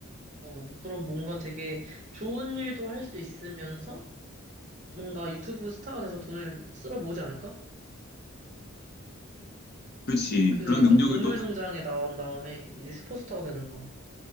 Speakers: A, on the right; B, on the left.
A: 어, 그럼 뭔가 되게 좋은 일도 할 수 있으면서 뭔가 유튜브 스타가 돼서 돈을 쓸어 모으지 않을까?
B: 그렇지.
A: 그
B: 그런
A: 약간
B: 능력을
A: 동물농장에
B: 또
A: 나온 다음에 이제 슈퍼스타가 되는 거야.